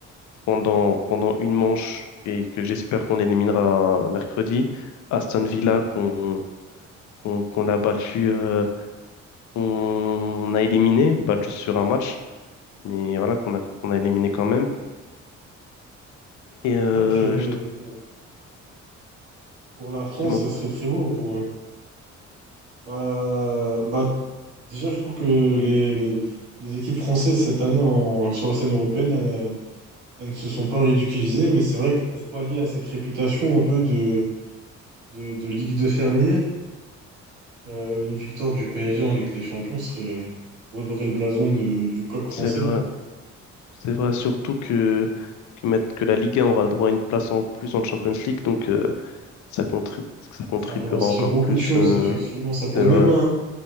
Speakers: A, on the left (about 70°); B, on the right (about 85°).
A: pendant, pendant une manche et que j'espère qu'on éliminera mercredi, Aston Villa qu'on qu'on, qu'on a battu, euh, on a éliminé, battu sur un match, mais voilà qu'on a, qu'on a éliminé quand même. Et euh,
B: C'est vrai que
A: je trouve,
B: pour, pour la France,
A: du moins,
B: ça serait très beau pour eux. Bah, bah, déjà, je trouve que les, les, les équipes françaises cette année en, sur la scène européenne, elles, elles ne se sont pas ridiculisées, mais c'est vrai que pour pallier à cette réputation un peu de, de, de Ligue de fermiers, euh, une victoire du PSG en Ligue des Champions serait redorer le blason de- du coq français.
A: c'est vrai. C'est vrai, surtout que, que, mettre- que la Ligue 1 aura le droit à une place en plus en Champions League, donc euh, ça, contri- ça contribuera
B: Ça relancerait
A: encore
B: beaucoup
A: plus.
B: de choses,
A: euh,
B: effectivement. Ça
A: c'est
B: pourrait
A: vrai.
B: même